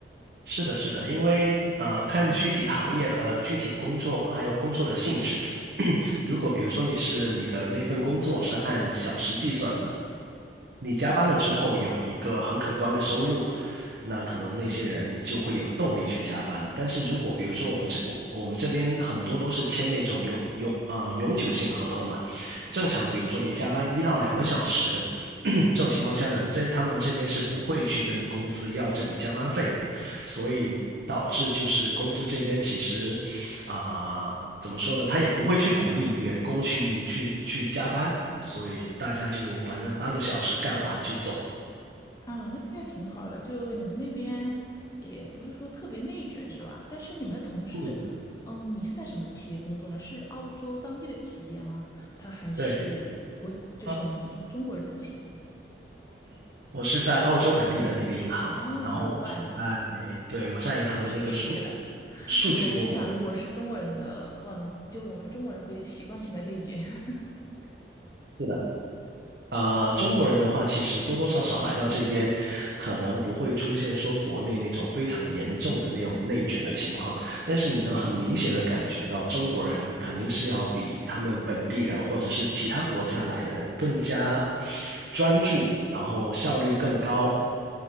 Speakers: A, on the right (about 60°); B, on the left (about 20°).
A: 是的，是的，因为呃，看具体行业和具体工作，还有工作的性质。<coughs> <clears throat> 如果比如说你是你的那份工作是按小时计算的，你加班了之后有一个很可观的收入，那可能那些人就会有动力去加班。但是如果比如说我们这我我们这边很多都是签那种永永啊永久性合同嘛，正常比如说你加班一到两个小时，<coughs> <clears throat> 这种情况下呢，这他们这边是不会去跟公司要这笔加班费的，所以导致就是公司这边其实啊。怎么说呢？他也不会去鼓励员工去去去加班，所以大家就反正八个小时干完就走。
B: 啊。那听起来挺好的，就你们那边也不是说特别内卷是吧？但是你们的同事，
A: 嗯，
B: 嗯，你是在什么企业工作呢？是澳洲当地的企业吗？它还是国，
A: 对
B: 就是我们中国人的企业？
A: 啊，我是在澳洲本地的那个银行，
B: 哦，
A: 然后我是在，
B: 难怪呢，
A: 对，我在银行的那个数
B: 这就是区别了。
A: 数据部门。
B: 呃我在想，如果我是中国人的万隆，就我们中国人会习惯性的内卷。<laughs>
A: 是的。呃，中国人的话，其实多多少少来到这边，可能不会出现说国内那种非常严重的那种内卷的情况，但是你能很明显的感觉到，中国人肯定是要比他们本地人或者是其他国家来的人更加专注，然后效率更高，